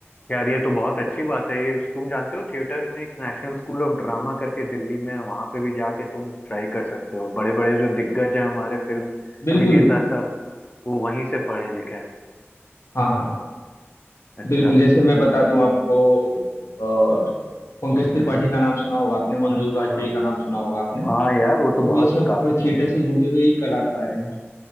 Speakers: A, on the left; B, on the left.
A: यार ये तो बहुत अच्छी बात है ये तुम जानते हो थिएटर्स में एक नेशनल स्कूल ऑफ ड्रामा करके दिल्ली में है, वहां पे भी जाके तुम ट्राई कर सकते हो बड़े बड़े जो दिग्गज हैं हमारे फिल्म
B: बिल्कुल
A: अभिनेता सब वो वहीं से पढ़े लिखे हैं
B: हाँ हाँ
A: अच्छा
B: बिल्कुल जैसे मैं बता दूं आपको अ, पंकज त्रिपाठी का नाम सुना होगा आपने मनोज वाजपेयी
A: हाँ
B: का नाम सुना होगा आपने
A: हाँ यार वो तो
B: तो
A: बहुत
B: ये सब
A: काफी
B: थिएटर से जुड़े हुए ही कलाकार हैं